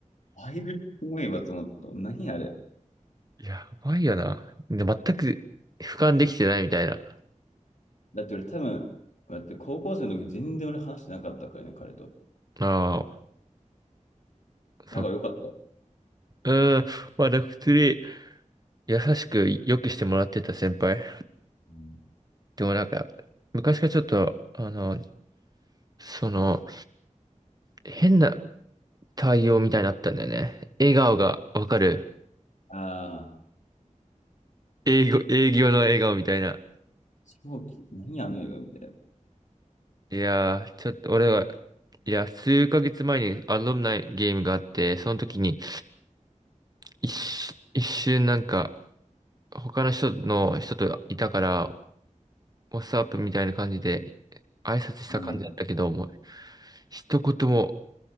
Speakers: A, on the left; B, on the right.
A: だいぶすごいわと思った。何あれ。
B: やばいよな。で、全く俯瞰できてないみたいな。
A: だって俺多分、だって高校生の時全然俺話してなかったからね、彼と。
B: ああ、そっ
A: なんか良かった。
B: うーん。まあ、なんか普通に優しく良くしてもらってた先輩。
A: う
B: でもなんか、昔からちょっと、あの、その、変な対応みたいになったんだよね。笑顔がわかる。
A: ああ
B: 営業、営業の笑顔みたいな。
A: ー、超き、何あの映画みたい
B: いやー、ちょっと俺は、いや、数ヶ月前にアロムナイゲームがあって、その時に、一瞬、一瞬なんか、他の人の人といたから、ワッツアップみたいな感じで挨拶した感じだったけど、
A: な。うん。
B: もう一言も